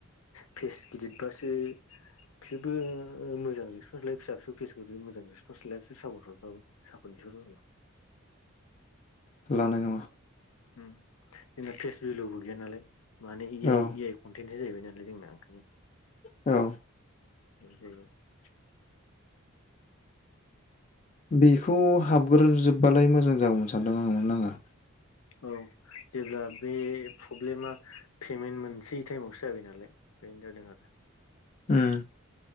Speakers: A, on the left; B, on the left.
A: फेस गिदिरबासो । बिसोरबो ओ मोजां रेसपनस लायो फिसा फिसौ फेसबुकनि मोजां रेसपन्स लाया सापर्ट हरबाबो सापर्ट । <unintelligible>
B: लानाय नङा ।
A: उम जोंना फेस भल'बो गैया नालाय माने ए आइ
B: औ
A: ए आइ कनटेन । बि जाहैबाय नालाय जोंना ओंखायनो ।
B: औ ।
A: <unintelligible>
B: बेखौ हाबग्रोजोबबालाय मोजां जागौमोन सानदों आं नोंङा ।
A: औ । जेब्ला बे प्रब्लेमा पेमेन्ट मोनसे टाइमावसो जाबाय नालाय बेनो जादों आरो।
B: उम।